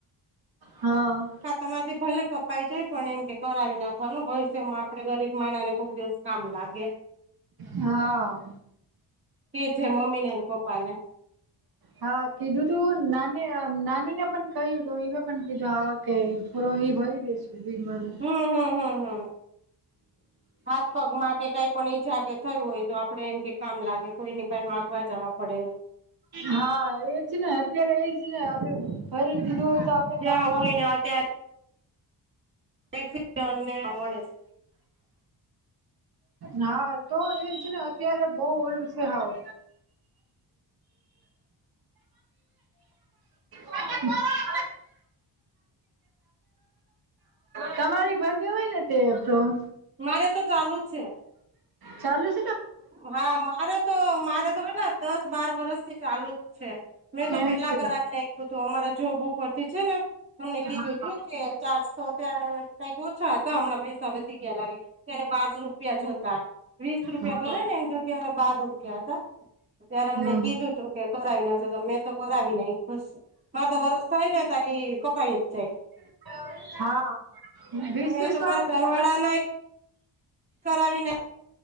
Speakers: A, on the right; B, on the right.
A: હા.
B: ખાતામાંથી ભલે કપાઈ જાય પણ એમ કે કરાવી નાખવાનું ભવિષ્યમાં આપડે ગરીબ માણા ને કોક દિવસ કામ લાગે
A: હા.
B: એ છે મમ્મી ને અને પપ્પા ને.
A: હા કીધું તું નાની નાની ને પણ કહ્યું તું એને પણ કીધું હ કે પૂરો એ ભરી દેસ વિમાન
B: હમ હમ હમ હમ હાથ પગમાં કે કાઈ પણ ઈજા કે થયું હોય તો આપણે એમ કે કામ લાગે કોઈની પાઈ માગવા જવા પડે.
A: હા એજ ને અત્યારે એજ ને આપે ભરી દીધું હોય આપડે તો
B: જ્યાં
A: કામ
B: હોય
A: આવે
B: ને અત્યારે <unintelligible>
A: હા તો એજ ને અત્યારે બહ ઓલુ છે હવ <inaudible> તમારે ભર દેવાય ને તે ફ્રોમ
B: મારે તો ચાલુ છે.
A: ચાલું જ
B: હા મારે તો મારે તો કેટલા દસ બાર વરષથી ચાલુ જ છે મેં તો
A: એમ
B: પેલા
A: છે
B: કરાવી નાખ્યું તું અમારા જોબ ઉપર થી છે ને અમને કીધું
A: હા
B: તું કે ચારસો ત્યારે કઈક ઓછા હતા હમણાં પૈસા વધી ગયા લાગે ત્યારે પાંચ રૂપિયા જ હતા વીસ રૂપિયા
A: હા
B: ભરે ને એની જગ્યા એ અવે બાર રૂપિયા હતા ત્યારે અમને
A: હમ
B: કીધું તું કે કરાવી નાખજો તો મેં તો કરાવી નાયખુ સ હા તો વરસ થાય ને તાં ઈ કપાઈ જ જાય
A: હાં <unintelligible>
B: મેં તો મારા ઘર વાળા ના કરાવી ને